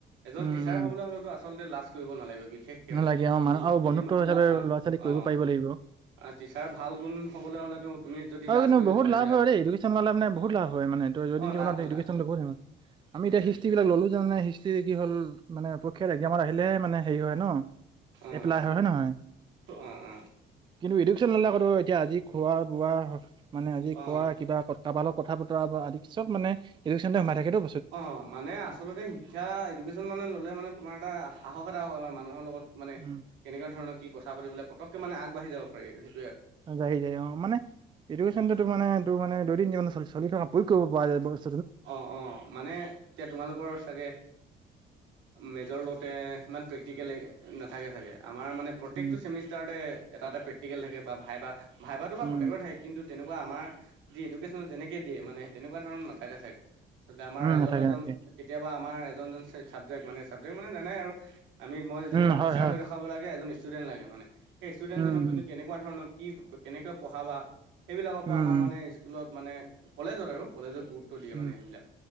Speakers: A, on the right; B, on the right.
A: এজন
B: উম
A: টিচাৰ
B: উম
A: হবলৈ হলেতো আচলতে লাজ কৰিব নালাগে বিশেষকে
B: নালাগে
A: মানে
B: অ মানুহ আৰু বন্ধুত্ব
A: যিমান
B: হিচাপে
A: লা অ
B: ল'ৰা ছোৱালীক
A: অ
B: কৰিব পাৰিব লাগিব
A: আৰু টিচাৰ ভাল গুণ হবলৈ হলেতো তুমি যদি
B: আৰু
A: লাজ
B: কিন্তু
A: কৰি
B: বহুত
A: দেখুৱাইছা
B: লাভ হয় এডুকেশ্বন ল' মানে বহুত লাভ হয় মানেটো জীৱনত
A: অ লাভ হয়
B: এডেশ্যনু
A: লাভ হয়
B: আমি
A: সেইটোয়ে
B: এতিয়া হিষ্ট্ৰ্ৰী
A: সেইটোয়ে
B: বিলাক ললো জানে হিষ্ট্ৰ্ৰী কি হল মানে পৰীক্ষাৰ এক্জামত আহিলে মানে হেৰি হয় ন
A: অ
B: এপ্লাই
A: অ
B: হয় হয় নহয়
A: অ অ
B: কিন্তু এডুকেশ্যন নলেকতো এতিয়া আজি খোৱা বোৱা মানে আজি
A: অ
B: ক কিবা কাৰবালক কথা বতৰা বা আদি পিছত মানে এডুকেশ্যন সোমাই থাকে তো
A: অঁ মানে আচলতে শিক্ষা এডুকেশ্যন মানে ল'লে মানে তোমাৰ এটা সাহস এটা হয় আমাৰ মানুহৰ লগত মানে
B: উম
A: কেনেকুৱা ধৰণৰ কি কথা পাবলৈ পতককে মানে আগাঢ়ি যাব পাৰি সেইটো
B: যাইি যায় অ মানে এডুকেশ্যনটো তোৰ মানে তোৰ মানে দুইদিন যিল চলি থকা পয়ুক কৰিব পৰা যায় ব
A: অ অ মানে এতিয়া তোমালোকৰ চাগে মেজৰ লত সিমান প্ৰেক্টিকেল নাথাকে চাগে আমাৰ মানে প্ৰত্যেকটো
B: উম
A: চেমিষ্টাৰতে এটা এটা প্ৰেক্টিকেল থাকে বা ভাইবা ভাইাৰ বা
B: উম
A: প্ৰত্যেককৰ থাকে কিন্তু তেনেকুৱা আমাৰ যি এডুকেশ্যনত যেনেকে দিয়ে মানে তেনেকুৱা ধৰণৰ নথাকে চাগে আমাৰ
B: উম
A: এজন
B: নাথাকে
A: এজন
B: নাথাকে
A: কেতিয়াবা আমাৰ এজনজন চাবজেক্ট মানে চাবজেক্ট মানে জানাই আৰু আমি মই যেনিবা
B: উম
A: টিচাৰ
B: হয় হয়
A: হৈ দেখাব লাগে এজন ষ্টুডেণ্ লাগে মানে সেই ষ্টুডেণ্জনক
B: উম
A: তুি
B: উম
A: কেনেকুৱা ধৰণৰ কি কেনেকৈ পঢ়াবা সেইবিলাকৰ পৰা
B: উম
A: আমাৰ
B: উম
A: মানে স্কুলত মানে কলেজত আৰু কলেজত গুৰুত্ব দিয়ে
B: উম
A: মানে সেইবিলাক